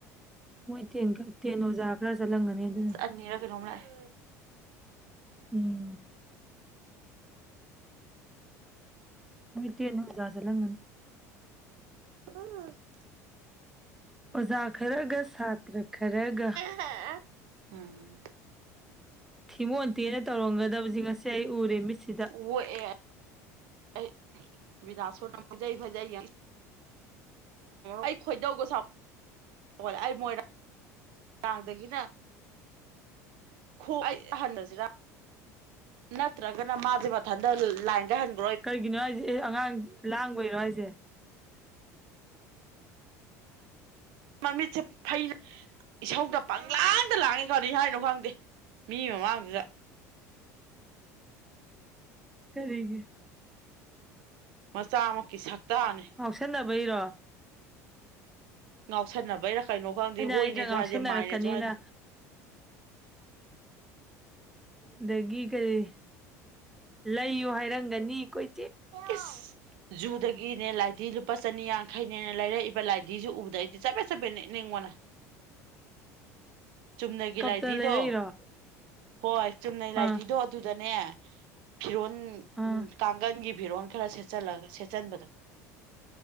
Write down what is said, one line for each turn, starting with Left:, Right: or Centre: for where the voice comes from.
Centre: ꯃꯣꯏ ꯇꯦꯟ ꯇꯦꯟ ꯑꯣꯖꯥ ꯈꯔ ꯆꯠꯂꯝꯒꯅꯤ ꯑꯗꯨꯅꯅꯤ꯫
Right: ꯅꯤꯔ ꯀꯩꯅꯣ ꯂꯥꯛꯏ
Centre: ꯎꯝ ꯃꯣꯏ ꯇꯦ ꯕꯖꯥꯔ ꯆꯠꯂꯝꯒꯅꯤ
Right: <unintelligible>
Centre: ꯑꯣꯖꯥ ꯈꯔꯒ ꯁꯥꯇ꯭ꯔ ꯈꯔꯒ
Right: <unintelligible> ꯎꯝ
Centre: ꯍꯤꯃꯣꯟꯇꯤꯅ ꯇꯧꯔꯝꯒꯗꯕꯁꯤ ꯉꯁꯤ ꯑꯩ ꯎꯔꯦ ꯃꯤꯠꯁꯤꯗ
Right: ꯑꯣꯛꯑꯦ ꯑꯩ ꯕꯤꯗꯥꯥꯁꯣꯔꯅ ꯐꯖꯩ ꯐꯖꯩ ꯑꯩ ꯈꯣꯏꯗꯧꯒ ꯁꯥꯎ ꯒꯠꯂꯦ ꯑꯩ ꯃꯣꯏꯔꯥꯡ ꯃꯣꯏꯔꯥꯡꯗꯒꯤꯅ ꯈꯣꯡ ꯍꯟꯈꯁꯤꯔ ꯅꯠꯇ꯭ꯔꯒꯅ ꯃꯥꯖꯦ ꯃꯊꯟꯇ ꯂꯥꯏꯟꯗ ꯍꯟ
Centre: ꯀꯩꯒꯤꯅꯣ ꯍꯥꯏꯖꯦ ꯑꯦ ꯑꯉꯥꯡ ꯂꯥꯡꯕꯩꯔꯣ ꯍꯥꯏꯖꯦ
Right: ꯃꯃꯤꯠꯁꯦ ꯐꯩꯅ ꯏꯁꯧꯗ ꯄꯪꯂꯥꯟꯗ ꯂꯥꯡꯉꯤ ꯀꯔꯤ ꯍꯥꯏꯅꯣ ꯈꯪꯗꯦ ꯃꯤ ꯃꯤꯃꯥꯡꯗꯨꯗ
Centre: ꯀꯔꯤꯒꯤ
Right: ꯃꯆꯥꯃꯛꯀꯤ ꯁꯛꯇꯥꯅꯦ
Centre: ꯁꯟꯅꯕꯩꯔꯣ
Right: ꯉꯥꯎꯁꯟꯅꯕꯩꯔ ꯀꯩꯅꯣ ꯈꯪꯗꯦ
Centre: ꯑꯩꯅ
Right: ꯍꯣꯏꯅꯦꯖꯨ
Centre: ꯑꯩꯗ ꯉꯥꯎꯁꯟꯅꯔꯛꯀꯅꯤꯅ
Right: ꯍꯥꯏꯗꯦ ꯃꯥꯏꯅꯦꯖꯨ ꯍꯥꯏꯗꯦ
Centre: ꯑꯗꯒꯤ ꯀꯔꯤ ꯂꯩꯌꯨ ꯍꯥꯏꯔꯝꯒꯅꯤ ꯀꯣꯏ
Right: ꯏꯁ ꯖꯨꯗꯒꯤꯅꯦ ꯂꯥꯏꯙꯤ ꯂꯨꯄꯥ ꯆꯅꯤ ꯌꯥꯡꯈꯩꯅꯦꯅ ꯂꯩꯔꯛꯏꯕ ꯂꯥꯏꯙꯤꯁꯨ ꯎꯕꯗ ꯑꯩꯗꯤ ꯆꯄꯦꯠ ꯆꯠꯄꯦꯠ ꯅꯦꯠꯅꯤꯡꯕꯅ ꯆꯨꯝꯅꯒꯤ
Centre: ꯀꯞꯇꯅ
Right: ꯂꯥꯏꯙꯤꯗꯣ
Centre: ꯂꯩꯔꯛꯏꯔꯣ
Right: ꯍꯣꯏ ꯆꯨꯝꯅꯩ ꯂꯥꯏꯗꯤꯗꯣ
Centre: ꯑꯥ
Right: ꯑꯗꯨꯗꯅꯦ ꯐꯤꯔꯣꯟ
Centre: ꯑꯥ
Right: ꯀꯥꯡꯒꯟꯒꯤ ꯐꯤꯔꯣꯟ ꯈꯔ ꯁꯦꯠꯆꯜꯂꯒ ꯁꯦꯠꯆꯟꯕꯗꯣ